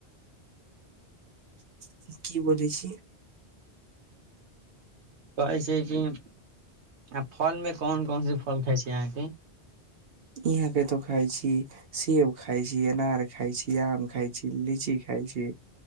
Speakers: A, on the right; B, on the right.
A: <unintelligible> की बजै छी।
B: कहै छै कि आ फलमे कोन कोनसे फल खाइ छी अहाँकेँ।
A: इहाँ कतौ खाइ छी। सेब खाइ छी अनार खाइ छी आम खाइ छी लीची खाइ छी।